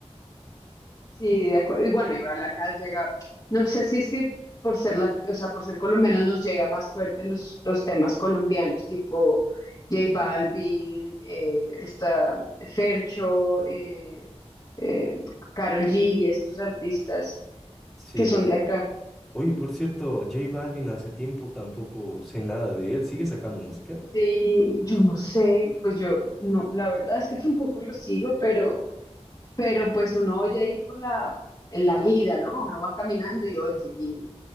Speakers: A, on the left (about 35°); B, in the centre.
A: Sí, de acuerdo. Y bueno, igual acá llega, no sé si es que por ser la, o sea, por ser colombianos nos llega más fuerte los, los temas colombianos, tipo J Balvin, eh, está Fercho, eh, eh, Karol G y estos artistas
B: Sí.
A: que son de acá.
B: Oye, por cierto, J Balvin hace tiempo tampoco sé nada de él. ¿Sigue sacando música?
A: Sí, yo no sé, pues yo no, la verdad es que tampoco lo sigo, pero, pero pues uno oye ahí por la, en la vida, ¿no? Uno va caminando y oye, y